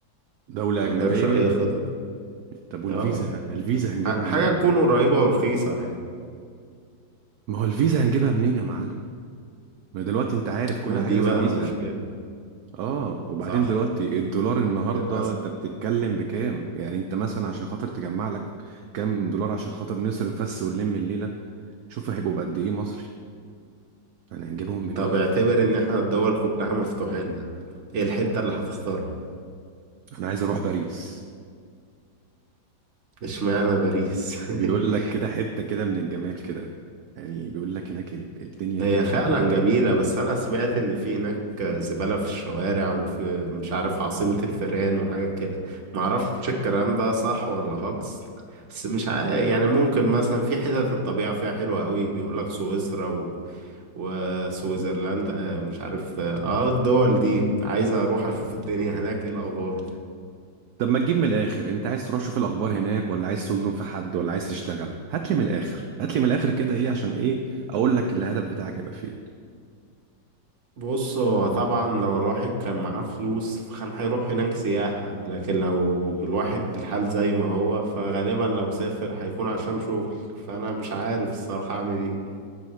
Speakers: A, on the right; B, on the right.
A: دولة
B: ما
A: أجنبية
B: عندكش أي خطط
A: طب والفيزا
B: اه
A: الفيزا هنجيبها
B: ح- حاجة
A: منين
B: تكون قريبة ورخيصة يعني
A: ما هو الفيزا هنجيبها منين يا معلم ما دلوقتي انت عارف كل
B: ما
A: حاجة
B: دي
A: لازم
B: بقى
A: فيزا
B: المشكلة
A: اه وبعدين
B: صح
A: دلوقتي الدولار النهاردة
B: للأسف
A: انت بتتكلم بكام يعني انت مثلا عشان خاطر تجمع لك كام دولار عشان خاطر نصرف بس ونلم الليلة شوف هيبقوا بقد ايه مصري انا هنجيبهم منين
B: طب اعتبر إن احنا الدول كلها مفتوحة لنا إيه الحتة اللي هتختارها
A: انا عايز اروح باريس
B: اشمعنى باريس <laughs>
A: بيقول لك كده حتة كده من الجمال كده يعني بيقول لك هناك ال- الدنيا
B: هي
A: كده
B: فعلا جميلة بس أنا سمعت إن في هناك زبالة في الشوارع وفي مش عارف عاصمة الفئران وحاجات كده معرفش الكلام ده صح ولا هاكس بس مش عارف يعني ممكن مثلا في حتت الطبيعة فيها حلوة قوي بيقولك سويسرا و... وسويسرلاند آه، مش عارف اه آه، الدول دي عايز أروح أشوف الدنيا هناك إيه الأخبار
A: طب ما تجيب من الاخر انت عايز تروح شوف الاخبار هناك ولا عايز تظلم في حد ولا عايز تشتغل هات لي من الاخر هات لي من الاخر كده ايه عشان ايه اقول لك الهدف بتاعك هيبقى فين
B: بص هو طبعا لو الواحد كان معاه فلوس فكان هيروح هناك سياحة لكن لو الواحد الحال زي ما هو فغالبا لو سافر هيكون عشان شغل فأنا مش عارف الصراحة أعمل إيه